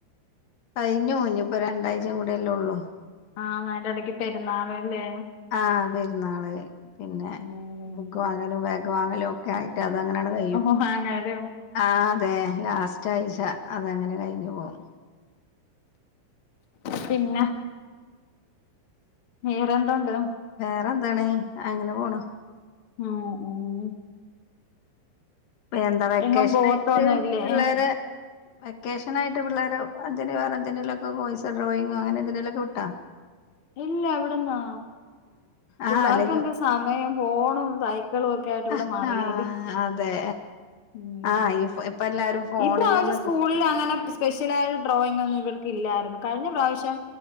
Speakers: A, on the left (about 55°); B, on the left (about 35°).
A: കഴിഞ്ഞു മഞ്ഞു ഇപ്പൊ രണ്ടാഴ്ചയും കൂടെയല്ലേ ഉള്ളൂ
B: ആഹ് അയിന്റെടക് പെരുന്നാളെല്ലേ
A: ആഹ് പെരുന്നാള് പിന്നെ..
B: ഉം
A: ബുക്ക് വാങ്ങലും ബാഗ് വാങ്ങലും ഒക്കെ ആയിട്ട് അത അങ്ങനെയാണ് കയിയും
B: <unintelligible>
A: ആ അതെ ലാസ്റ്റ് ആഴ്ച അതങ്ങനെ കഴിഞ്ഞു പോകവും
B: പിന്നെ വെറെന്തണ്ട്
A: വേറെന്താണ് അങ്ങനെ പോണു
B: ഉം ഉം
A: എന്താ വെക്കേഷനായിട്ട്
B: എങ്ങും പോവത്തൊന്നുല്ലേ
A: പിള്ളേരെ.. വെക്കേഷനായിട്ട് പിള്ളേരെ അതിനു എന്ലൊക്കെ പോയിസ ഡ്രോയിങ്ങോ അങ്ങനെ എന്െേലുംക്കെ വി ട്ടാ <inaudible>
B: ഇല്ല എവിടന്നാ.
A: ആഹ്
B: പിള്ളേർക്കെന്ത
A: അല്ലെഞ്ഞു
B: സമയം ഫോണും സൈക്കിളും ഒക്കെ ഇവിടെ
A: ആഹ
B: മറിയല്
A: അതെ
B: ഉം
A: ആഹ ഇപ്പ എല്ലാരും ഫോണിൽ
B: ഈ പ്ര്രാവശ്യം
A: നിന്നൊക്കെ
B: സ്കൂളിൽ അങ്ങനെ സ്പെഷ്യൽായിട്ട് ഡ്രോയിങ് ഒന്നും ഇവർക്ക് ഇല്ലായിരുന്നു കഴിഞ്ഞ പ്രാവശ്യം